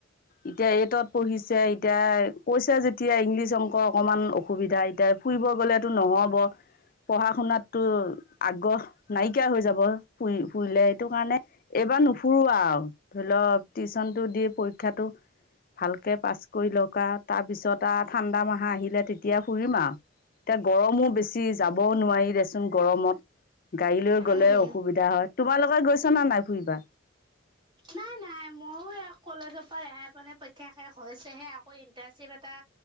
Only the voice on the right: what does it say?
উম,
নাই নাই মইও এ কলেজৰ পৰা ৰেহাই পোৱা নাই, পৰীক্ষা শেষ হৈছেহে আকৌ ইন্টাৰ্শ্বিপ এটা